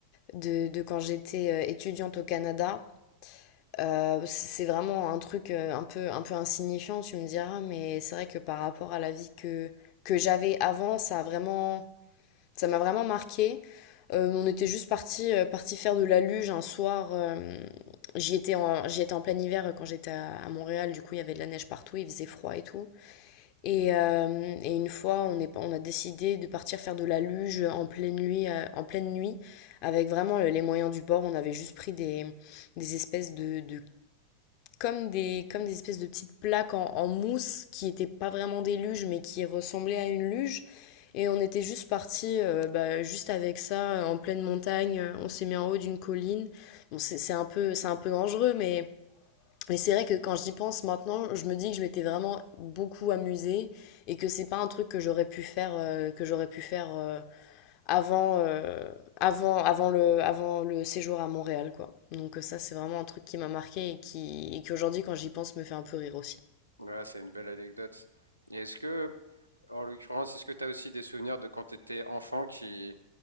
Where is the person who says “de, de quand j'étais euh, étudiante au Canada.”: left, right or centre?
Left